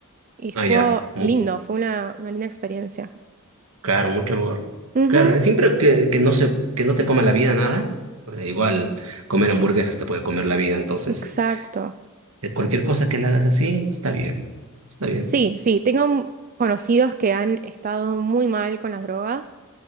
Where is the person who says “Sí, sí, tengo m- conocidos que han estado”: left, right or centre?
Right